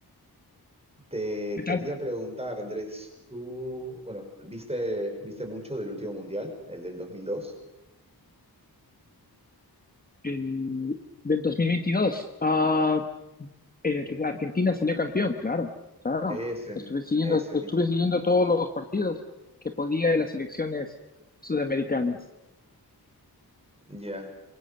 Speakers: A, on the right (about 15°); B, on the left (about 25°).
A: Te
B: ¿Qué tal?
A: quería preguntar, Andrés, tú, bueno, ¿viste, viste mucho del último mundial, el del dos mil dos.
B: El, del 2022, ah, eh, que Argentina salió campeón, claro, claro.
A: Ese,
B: Estuve siguiendo,
A: ese
B: estuve
A: mismo.
B: siguiendo todos los partidos que podía de las selecciones sudamericanas.
A: Ya,